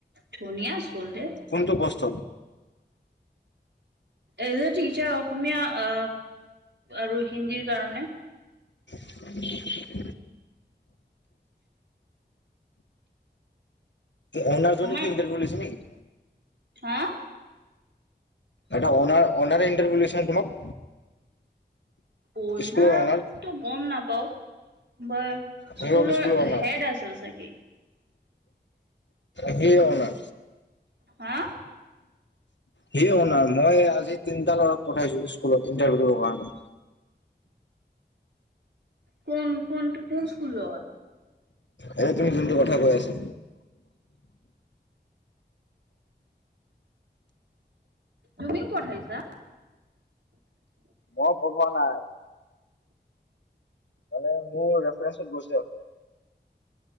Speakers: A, on the right (about 70°); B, on the left (about 80°).
A: ধুনীয়া স্কুল দেই।
B: কোনটো কষ্ট?
A: এজে টিচাৰ অসমীয়া অ আৰু হিন্দীৰ কাৰণে।
B: <unintelligible> অনাৰ জনে
A: আমাৰ
B: কি ইণ্টাৰভিউ লৈছে নেকি?
A: হা?
B: এটা অনাৰ অনাৰে ইণ্টাৰভিউ লৈছে ন তোমাক?
A: অণাৰতটো
B: স্কুলৰ অনাৰ
A: গম নাপাওঁ। বাৰ
B: সি
A: স্কুলৰ
B: হ'ল অনাৰ
A: হেড আছিল চাগে।
B: সিয়ে অনাৰ।
A: হা।
B: সেই অনাৰ মই আজি তিনটা ল'ৰাক পঠাইছো স্কুলত ইন্টাৰভিউ দিবৰ কাৰণে।
A: কোন কোনটো কোন স্কুলত?
B: এনে তুমি যোনটো কথা কৈ আছা।
A: তুমিও পঠাইছা?
B: মই পঢ়োৱা নাই। মানে মোৰ ৰেফাৰেঞ্চত গৈছে সিহঁতে।